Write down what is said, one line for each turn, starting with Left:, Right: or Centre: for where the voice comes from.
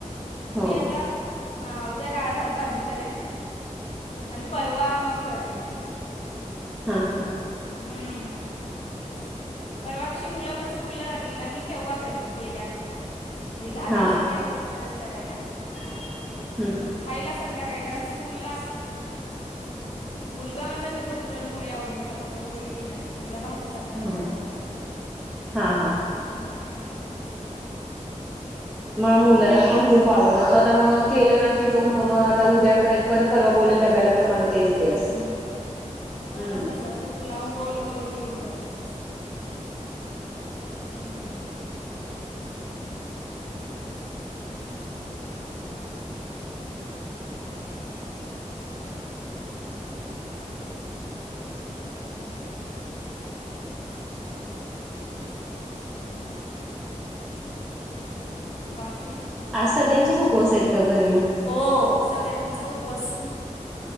Centre: हो.
Left: मी आता हा उद्या डाळ, भात, भाजी करेन आणि परवा मग करेन.
Centre: हां हां.
Left: हम्म. परवा कशी मुलं पण स्कूलला जातील ना मी तेव्हा करेन गेल्यानंतर <unintelligible> घालेन
Centre: हा
Left: सकाळी लवकरच करायला.
Centre: हम्म हम्म.
Left: पण खायला संध्याकाळी कारण स्कूलला मुलगा माझा नेहतो पुरणपोळी आवडीने खातं पण मुलगी नाही तिला भाजी च पातीच
Centre: हो.
Left: द्यावे लागते
Centre: हा हा हा
Left: हम्म.
Centre: म मुलाला पण खूप आवडता तो आता मग केलं ना की तो म्ह म आता उद्या कळेल परत परवा बोलेल डब्याला पण मला तेच दे असं
Left: हम्म म तो
Centre: हम्म
Left: पण तसाच तूप लावून रोल करून घेऊन जातो. हम्म. बाकी
Centre: आज सगळ्यांच्याच उपवास आहेत का घरी मग.
Left: हो सगळ्यांचा उपवास